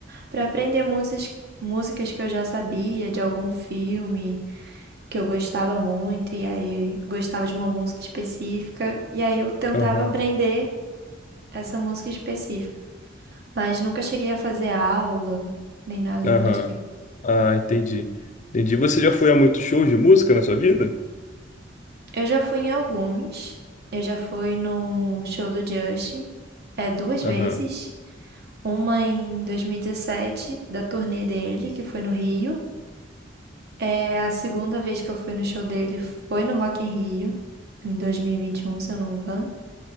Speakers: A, on the right; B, on the left.
A: para aprender músicas, músicas que eu já sabia de algum filme que eu gostava muito, e aí gostava de uma música específica, e aí eu tentava
B: Aham,
A: aprender essa música específica, mas nunca cheguei a fazer aula, nem nada
B: aham.
A: do tipo.
B: Ah, entendi. Entendi. Você já foi a muitos shows de música na sua vida?
A: Eu já fui em alguns, eu já fui no show do Justin, é, duas vezes.
B: Aham,
A: Uma em 2017, da turnê dele, que foi no Rio. É, a segunda vez que eu fui no show dele foi no Rock in Rio, em dois mil e e vinte e um se eu não me engano.